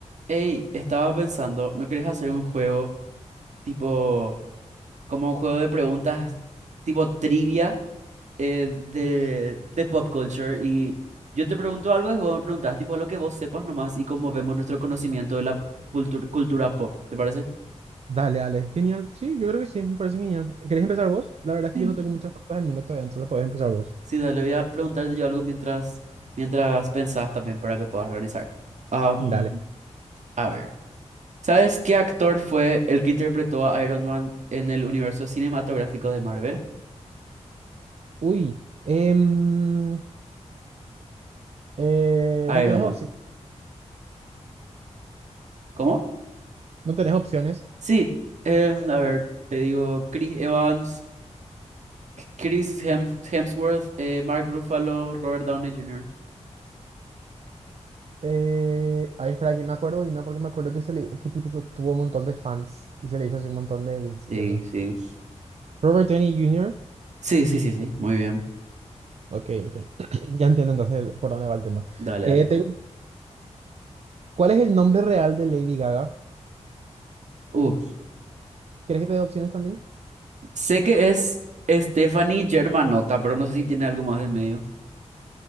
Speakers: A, on the right; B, on the right.
A: Hey, estaba pensando, ¿no querés hacer un juego tipo, como un juego de preguntas tipo trivia eh, de, de pop culture? Y yo te pregunto algo y vos me preguntás tipo lo que vos sepas nomás y cómo vemos nuestro conocimiento de la cultu- cultura pop, ¿te parece?
B: Dale, dale. Genial. Sí, yo creo que sí, me parece genial. ¿Querés empezar vos? La verdad es
A: Sí.
B: que yo no tengo muchas preguntas en mente todavía, entonces podés empezar vos.
A: Sí, dale, voy a preguntarte yo algo mientras, mientras pensás también para que puedas organizar. Am,
B: Dale.
A: a ver, ¿sabes qué actor fue el que interpretó a Iron Man en el universo cinematográfico de Marvel?
B: Uy, em, eh,
A: Iron
B: no tenés
A: Man.
B: opción.
A: ¿Cómo?
B: No tenés opciones.
A: Sí, em, a ver, te digo, Chris Evans, Chris Hem- Hemsworth, eh, Mark Ruffalo, Robert Downey Jr.
B: Eh, ahí espera que me acuerdo y no porque me acuerdo que, se le, que tipo tu- tuvo un montón de fans y se le hizo así un montón de edits
A: Sí,
B: y eso.
A: sí.
B: Robert Downey Jr.
A: Sí, sí, sí, sí, muy bien.
B: Ok, ok. <clears throat> Ya entiendo entonces el- por dónde va el tema.
A: Dale,
B: Eh,
A: dale.
B: tengo- ¿Cuál es el nombre real de Lady Gaga?
A: Uh,
B: ¿Crees que te dé opciones también?
A: sé que es Stephanie Germanotta, pero no sé si tiene algo más de medio.